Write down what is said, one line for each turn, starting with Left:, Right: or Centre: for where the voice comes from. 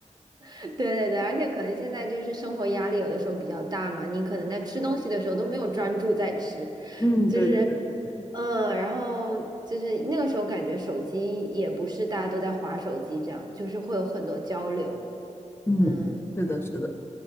Right: 对对对，而且可能现在就是生活压力有的时候比较大嘛，你可能在吃东西的时候都没有专注在吃，
Left: 嗯，
Right: 就是
Left: 对对对对对，
Right: 嗯，然后就是那个时候感觉手机也不是大家都在划手机这样，就是会有很多交流，
Left: 嗯，
Right: 嗯
Left: 是的，是的。